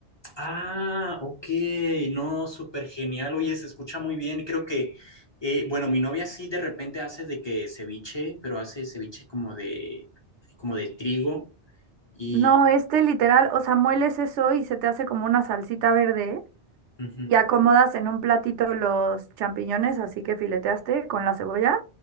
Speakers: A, on the left; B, on the right.
A: Ah, ok, no, súper genial. Oye, se escucha muy bien. Creo que, eh, bueno, mi novia sí de repente hace de que ceviche, pero hace ceviche como de, como de trigo y,
B: No, este literal, o sea, mueles eso y se te hace como una salsita verde.
A: ujú.
B: y acomodas en un platito los champiñones, así que fileteaste con la cebolla,